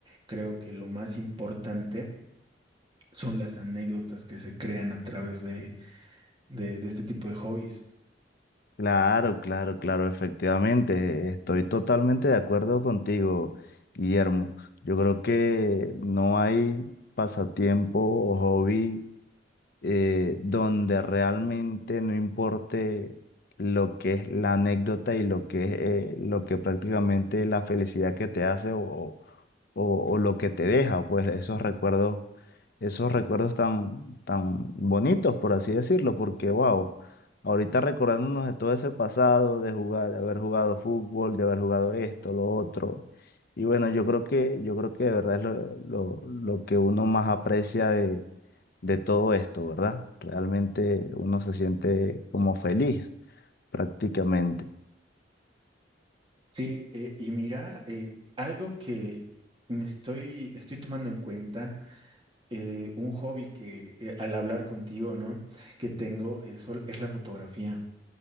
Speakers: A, on the right; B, on the left.
A: creo que lo más importante son las anécdotas que se crean a través de, de- de este tipo de hobbies.
B: Claro, claro, claro, efectivamente, estoy totalmente de acuerdo contigo, Guillermo. Yo creo que no hay pasatiempo o hobby. eh, donde realmente no importe lo que es la anécdota y lo que es eh, lo que prácticamente la felicidad que te hace o, o, o lo que te deja, pues esos recuerdos, esos recuerdos tan, tan bonitos, por así decirlo, porque wow, ahorita recordándonos de todo ese pasado, de jugar, de haber jugado fútbol, de haber jugado esto, lo otro. Y bueno, yo creo que, yo creo que de verdad es lo, lo, lo que uno más aprecia de, de todo esto, ¿verdad? Realmente uno se siente como feliz prácticamente.
A: Sí, eh, y mira, eh, algo que me estoy, estoy tomando en cuenta. eh, un hobby que eh, al hablar contigo, ¿no? Que tengo eh, sol- es la fotografía,